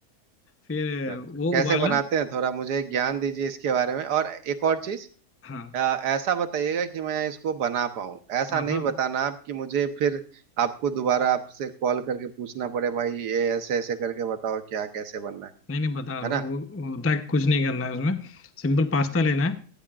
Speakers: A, on the left; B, on the right.
A: फिर
B: अच्छा,
A: वो
B: कैसे
A: उबाला
B: बनाते हैं थोड़ा मुझे ज्ञान दीजिए इसके बारे में और एक और चीज
A: हाँ
B: अ, ऐसा बताइएगा कि मैं इसको बना पाऊँ ऐसा
A: हाँ
B: नहीं
A: हाँ
B: बताना आप कि मुझे फिर आपको दोबारा आपसे कॉल करके पूछना पड़े भाई ये ऐसे ऐसे करके बताओ क्या कैसे बनना है
A: नहीं नहीं बता रहा
B: है
A: हूँ
B: ना
A: वो वो होता है कुछ नहीं करना है उसमें सिंपल पास्ता लेना है